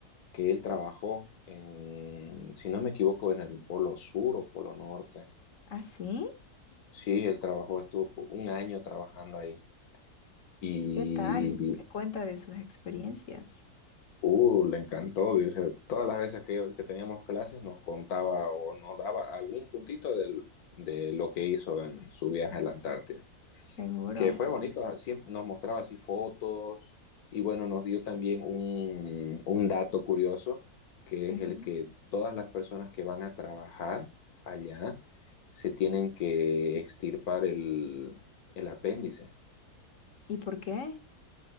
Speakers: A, on the left (about 70°); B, on the left (about 55°).
A: que él trabajó en, si no me equivoco, en el Polo Sur o Polo Norte.
B: ¿ah, sí?
A: Sí, él trabajó, estuvo po- un año trabajando ahí y
B: ¿Y qué tal? ¿Qué cuenta de sus experiencias?
A: uh, le encantó. Dice, todas las veces que, que teníamos clases nos contaba o nos daba algún puntito del- de lo que hizo en su viaje a la Antártida.
B: Seguro.
A: que fue bonito, siempre nos mostraba así fotos y bueno, nos dio también un, un dato curioso, que
B: Ujú.
A: es el que todas las personas que van a trabajar allá se tienen que extirpar el, el apéndice,
B: ¿Y por qué?